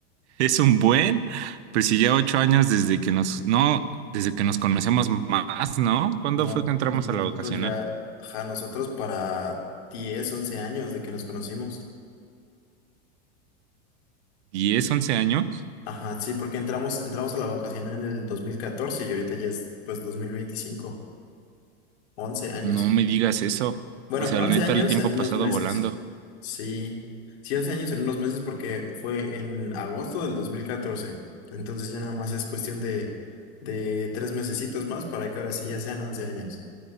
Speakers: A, on the right; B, on the left.
A: Es un buen, pues si ya ocho años desde que nos, no, desde que nos conocemos más, ¿no? ¿Cuándo
B: No,
A: fue que entramos
B: y nosotros
A: a la vocacional?
B: ya, ajá, nosotros para 10 11 años de que nos conocimos.
A: ¿Diez, once años?
B: Ajá, sí, porque entramos, entramos a la vacación en el 2014 y ahorita ya es pues 2025 11 años.
A: No me digas eso.
B: Bueno,
A: O sea,
B: 11
A: la neta,
B: años
A: el tiempo
B: en
A: ha pasado
B: unos meses.
A: volando.
B: Sí, sí, 11 años en unos meses porque fue en agosto del dos mil catorce Entonces ya nada más es cuestión de, de tres mesecitos más para que ahora sí ya sean 11 años.